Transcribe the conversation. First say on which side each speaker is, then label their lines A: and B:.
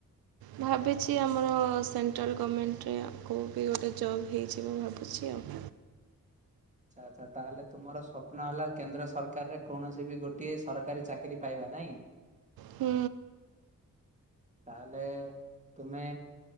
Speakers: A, on the right; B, on the right.
A: ଭାବିଛି ଆମର ସେଣ୍ଟ୍ରାଲ୍ ଗମେଣ୍ଟରେ କଉ ବି ଗୋଟେ ଜବ୍ ହୋଇଯିବ ଭାବୁଛି ଆଉ।
B: ଆଚ୍ଛା ଆଚ୍ଛା ତାହେଲେ ତୁମର ସ୍ୱପ୍ନ ହେଲା କେନ୍ଦ୍ର ସରକାରରେ କୌଣସି ବି ଗୋଟିଏ ସରକାରୀ ଚାକିରି ପାଇବା। ନାଇ।
A: ହୁଁ।
B: ତାହେଲେ ତୁମେ।